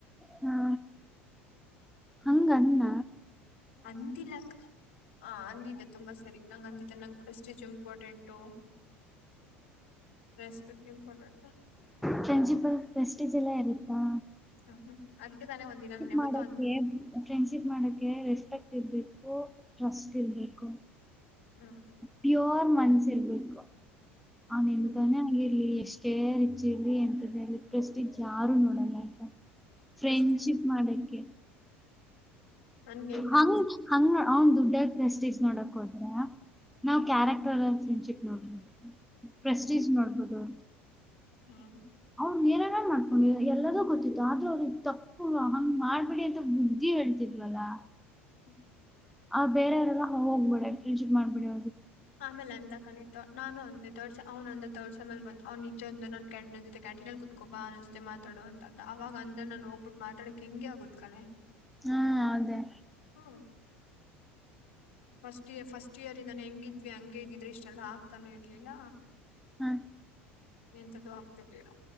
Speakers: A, in the centre; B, on the left.
A: ಹಾ ಹಂಗಣ್ಣ.
B: ಅಂದಿಲ್ಲ ಹ ಅಂದಿದ್ದ ತುಂಬಾ ಸರಿ. ನಂ ಅಂದಿದೆ ನಂ ಕೂಡ ಸ್ಟಿಜ್ important respect. Important.
A: Principle prestige ಎಲ್ಲ ಯರುತ್ತಾ.
B: ಹ್ಮ್ ಹ್ಮ್ ಅದಕ್ಕೆ ತಾನೇ ಒಂದಿನ ನಾನ ಯಾವತ್ತು.
A: ಮಾಡೋಕ್ಕೆ ಫ್ರೆಂಡ್ಶಿಪ್ ಮಾಡೋಕ್ಕೆ ರೆಸ್ಪೆಕ್ಟ್ ಇರಬೇಕು ಟ್ರಸ್ಟ್ ಇರ್ಬೇಕು.
B: ಹ್ಮ್.
A: ಪ್ಯೋರ್ ಮನ್ಸ ಇರ್ಬೇಕು ಅವನ್ ಎಂತಾನೇ
B: ಹ್ಮ್
A: ಅಲ್ಲಿರ್ಲಿ ಎಷ್ಟು. ಕೇರ್ ಇಚಿಲಿ ಎಂತ ಇಲ್ಲಿ ಪ್ರಸ್ಟ್ ಯಾರು ನೋಡಲ್ಲ ಅಂತ. ಫ್ರೆಂಡ್ಶಿಪ್
B: ಪ್ರೆಸ್ಟೀಜ್
A: ಮಾಡಕ್ಕೆ.
B: ನನ್ಗೆ ಹೆಂಗ್
A: ಹಂಗ
B: ಅನ್ಸ್
A: ಹಂಗ ಅವನ್ ದುಡ್ಡಸ್ಟಿಕ್ಸ್ ನೋಡಕ್ ಹೋದ್ರ. ನಾವವು ಕ್ಯಾರೆಕ್ಟರ್ ಫ್ರೆಂಡ್ಶಿಪ್ ನೋಡ್ಬಹುದು ಪ್ರೆಸ್ಟೀಜ್ ನೋಡ್ಬೋುದು.
B: ಹ್ಮ್.
A: ಅವ್ ನೀೇರನ ಮಾಡ್ಕೊಂಡು ಎಲ್ಲದೂ ಗೊತ್ತಿತ್ತು ಆದ್ರೂ ಅವ್ರಿಗೆ ತಪ್ಪು ಹಂಗ್ ಮಾಡ್ಬಿಡಿ ಅಂತ. ಹೇಳ್ತಿದವಲ್ಲಾ.
B: ಹ್ಮ.
A: ಆ ಬೇರೆಯರೆಲ್ಲ ಹೋಗ್ಬೇಡ ಫ್ರಿಜ್ ಮಾಡಬೇಡಿ.
B: ಆಮಲ್ಲ ಅಂತ ಕಾನೆ. ನಾನ ಅಂದ ತರ್ಡ್ ಅವ್ ಅಂದ ತರ್ಡ್ಸೇ ಬ ಅವ್ ನಿಜ ಅ ನನ್ ಕ್ಯಾಂಟ ಜತೆ ಕ್ಯಾಂಟಿನಲ್ಲಿ. ಕೊಬ್ಬಾ ನನ್ನ ಜೊತೆ ಮಾತಾಡುವ ಅಂದ ಅವಾಗ ಅಂದ ನಾನು ಹೋಗ್ಬಿಟ್ಟು ಮಾತಾ. ಕೆಂಗೆ ಆಗತ್ ಕಲೆ
A: ಹಾ ಅದೇ
B: ಹ್ಮ್ <unintelligible> ಫಸ್ಟ್ ಇಯರ್ ಫಸ್ಟ್ ಇಯರಿಂದಾನ ಹೆಂಗಿದ್ವಿ ಹಂಗಗೆ ಇದಿದ್ರೆ ಇಷ್ಟೆಲ್ಲಾ ಆಗ್ತಾನು ಇರ್ಲಿಲ್ಲ.
A: ಹಾ.
B: ಎಂತದ್ದು ಆಗ್ತಿರ್ಡ